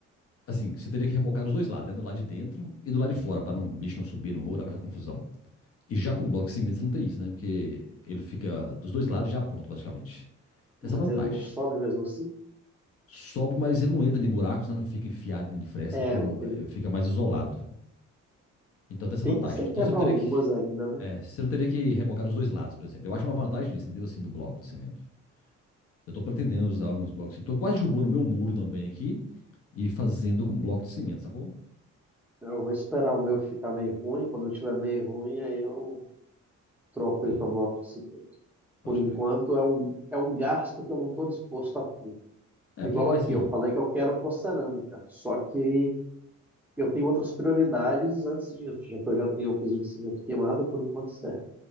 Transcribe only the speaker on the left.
Assim, você teria que rebocar dos dois lados, né? Do lado de dentro e do lado de fora, para o bicho não subir no muro, aquela confusão. E já com bloco de cimento você não tem isso, né? Porque ele fica dos dois lados já pronto, basicamente. Tem
essa vantagem.
Sobe, mas ele não entra em buracos, né? não fica enfiado dentro de fresta,
porque um,
eh, fica mais isolado. Então tem essa
vantagem.
Então você não teria
que.
é, você não teria que rebocar dos dois lados, por exemplo. Eu acho uma vantagem nisso, entendeu? Assim, do bloco de cimento. Eu tô pretendendo usar uns blocos. de cimento. Tô quase derrubando o meu muro também aqui e fazendo com bloco de cimento, sacou?
Sim,
pode
crer.
É,
porque é
assim,